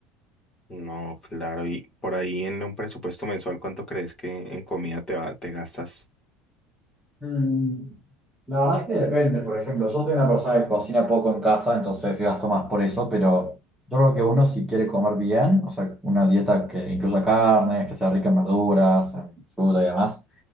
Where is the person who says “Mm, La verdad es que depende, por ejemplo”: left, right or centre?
Centre